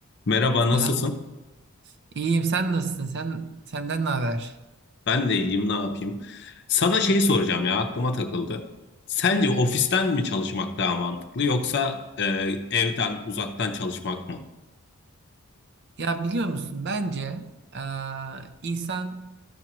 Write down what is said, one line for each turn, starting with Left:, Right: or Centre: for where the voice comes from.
Left: Merhaba,
Right: Selam.
Left: nasılsın?
Right: İyiyim. Sen nasılsın? Sen senden ne haber?
Left: Ben de iyiyim, ne yapayım? Sana şeyi soracağım ya, aklıma takıldı. Sence ofisten mi çalışmak daha mantıklı yoksa e, evden, uzaktan çalışmak mı?
Right: Ya biliyor musun? Bence eee, insan